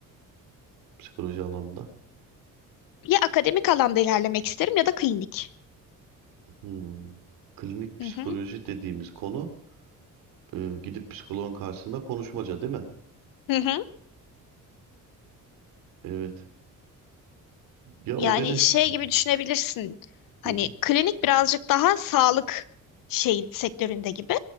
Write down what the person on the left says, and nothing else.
Ya akademik alanda ilerlemek isterim ya da klinik.
Hı hı.
Hı hı.
Yani
şey
gibi düşünebilirsin. Hani
klinik birazcık daha sağlık şey sektöründe gibi.